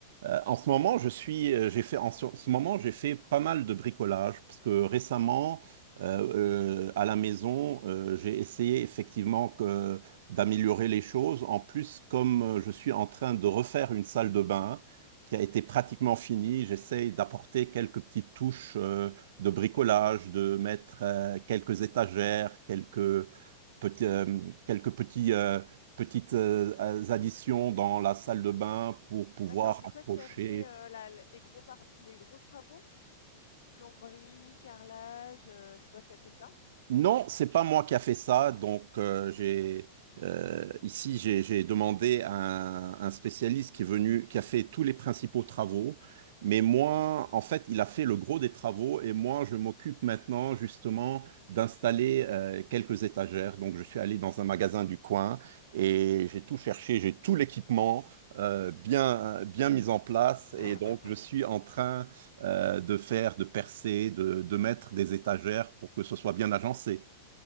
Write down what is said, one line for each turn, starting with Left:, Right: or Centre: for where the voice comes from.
Right: Euh, en ce moment, je suis, euh, j'ai fait, en ce, en ce moment, j'ai fait pas mal de bricolage parce que récemment, euh, euh, à la maison, euh, j'ai essayé effectivement que- d'améliorer les choses. En plus, comme euh, je suis en train de refaire une salle de bain qui a été pratiquement finie, j'essaye d'apporter quelques petites touches euh, de bricolage, de mettre euh, quelques étagères, quelques
Left: Mmh.
Right: petits, euh, quelques petits euh, petites euh, additions dans la salle de bain pour pouvoir
Left: D'accord, c'est
Right: accrocher
Left: toi qui as fait, heu, la l les gros part les gros travaux? Plomberie, carrelage, heu, c'est toi qui as fait ça?
Right: Non, c'est pas moi qui a fait ça. Donc, euh, j'ai euh, ici j'ai j'ai demandé à un, un spécialiste qui est venu, qui a fait tous les principaux travaux. Mais moi, en fait, il a fait le gros des travaux et moi, je m'occupe maintenant justement d'installer euh, quelques étagères. Donc, je suis allé dans un magasin du coin et j'ai tout cherché, j'ai tout l'équipement euh, bien bien mis en place
Left: <laughs>
Right: et donc je suis en train euh, de faire, de percer, de, de mettre des étagères pour que ce soit bien agencé.